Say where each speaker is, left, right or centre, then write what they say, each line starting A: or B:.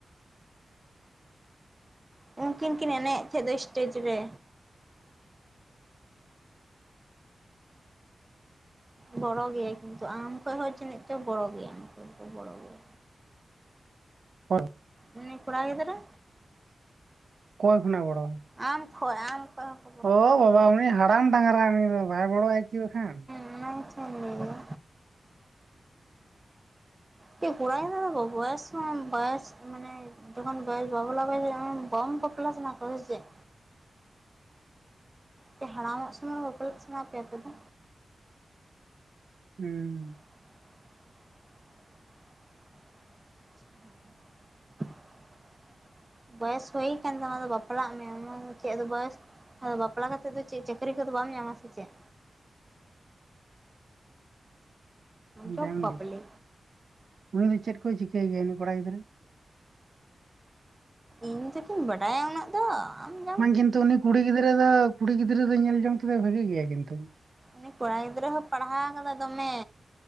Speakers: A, on the right; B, on the right.
A: ᱩᱱᱠᱤᱱ ᱠᱤᱱ ᱮᱱᱮᱡ ᱛᱷᱮᱡ ᱫᱚ ᱥᱴᱮᱡᱽ ᱨᱮ ᱵᱚᱲᱚ ᱜᱮᱭᱟ ᱠᱤᱱᱛᱩ ᱟᱢ ᱠᱷᱚᱡ ᱦᱚᱸ ᱡᱟᱹᱱᱤᱡ ᱪᱚ ᱵᱚᱲᱚ ᱜᱮᱭᱟ ᱩᱱᱠᱩ ᱫᱚᱠᱚ ᱵᱚᱲᱚ ᱜᱮᱭᱟ᱾
B: <unintelligible>
A: ᱩᱱᱤ ᱠᱚᱲᱟ ᱜᱤᱫᱽᱨᱟᱹ᱾
B: ᱚᱠᱚᱭ ᱠᱷᱚᱱᱟᱜ ᱮ ᱵᱚᱲᱚ ᱟᱭ?
A: ᱟᱢ ᱠᱷᱚᱡ ᱟᱢ ᱠᱷᱚᱡ
B: ᱚ ᱵᱟᱵᱟ ᱩᱱᱤ ᱦᱟᱲᱟᱢ ᱰᱟᱝᱨᱟ ᱩᱱᱤ ᱫᱚ ᱵᱟᱭ ᱵᱚᱞᱚᱜᱼᱟ ᱪᱮᱫ ᱵᱟᱠᱷᱟᱱ?
A: ᱚᱱᱟ ᱜᱮᱛᱚᱧ ᱞᱟᱹᱭ ᱫᱟ᱾ ᱛᱮ ᱠᱚᱲᱟ <unintelligible> ᱵᱚᱭᱚᱥ ᱦᱚᱸ ᱵᱚᱭᱚᱥ ᱢᱟᱱᱮ ᱛᱚᱠᱷᱚᱱ <unintelligible> ᱵᱟᱢ ᱠᱚᱯᱞᱟ ᱥᱟᱱᱟ ᱠᱚᱣᱟ ᱥᱮ ᱪᱮᱫ? ᱪᱮ ᱦᱟᱲᱟᱢᱚᱜ ᱥᱚᱢᱚᱭ ᱵᱟᱯᱞᱟ ᱥᱟᱱᱟ ᱯᱮᱭᱟ ᱟᱯᱮ ᱫᱚ?
B: ᱦᱩᱸ
A: <unintelligible> ᱵᱚᱭᱚᱥ ᱦᱩᱭ ᱟᱠᱟᱱ ᱛᱟᱢ ᱚᱱᱟᱫᱚ ᱵᱟᱯᱞᱟᱜ ᱢᱮ ᱚᱱᱟ ᱪᱮᱫ ᱫᱚ ᱵᱚᱭᱮᱥ ᱟᱫᱚ ᱵᱟᱯᱞᱟ ᱠᱟᱛᱮᱫ ᱫᱚ ᱪᱮᱫ ᱪᱟᱹᱠᱨᱤ ᱠᱚᱫᱚ ᱵᱟᱢ ᱧᱟᱢᱟ ᱥᱮ ᱪᱮᱫ? ᱡᱚᱵ
B: ᱡᱟᱢ
A: ᱵᱟᱯᱞᱮ
B: ᱞᱤ ᱩᱱᱤ ᱫᱚ ᱪᱮᱫ ᱠᱚᱭ ᱪᱤᱠᱟᱹᱭ ᱜᱮᱭᱟ ᱩᱱᱤ ᱠᱚᱲᱟ ᱜᱤᱫᱽᱨᱟᱹ?
A: ᱤᱧ ᱫᱚᱠᱤᱱ ᱵᱟᱰᱟᱭᱟ ᱩᱱᱟᱹᱜ ᱛᱚ ᱟᱢ ᱫᱚ
B: ᱵᱟᱝ ᱠᱤᱱᱛᱩ ᱩᱱᱤ ᱠᱩᱲᱤ ᱜᱤᱫᱽᱨᱟᱹ ᱫᱚ ᱠᱩᱲᱤ ᱜᱤᱫᱽᱨᱟᱹ ᱫᱚ ᱧᱮᱞ ᱡᱚᱝ ᱛᱮᱫᱚ ᱵᱷᱟᱹᱜᱤ ᱜᱮᱭᱟ ᱠᱤᱱᱛᱩ
A: ᱩᱱᱤ ᱠᱚᱲᱟ ᱜᱤᱫᱽᱨᱟᱹ ᱦᱚᱸ ᱯᱟᱲᱦᱟᱣ ᱠᱟᱫᱟ ᱫᱚᱢᱮ